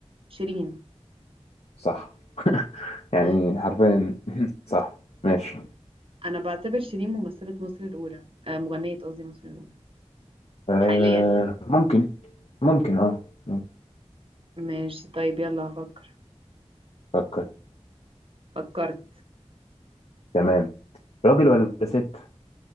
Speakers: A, on the right; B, on the left.
A: شيرين
B: صح يعني
A: <laughs>
B: حرفيا <laughs> صح ماشي
A: انا بعتبر شيرين ممثله مصر الاولى آه مغنيه قصدي مصر الاولى
B: آه
A: حاليا يعني.
B: ممكن ممكن اه ممكن.
A: ماشي طيب يلا هفكر
B: فكر
A: فكرت
B: تمام راجل ولا ست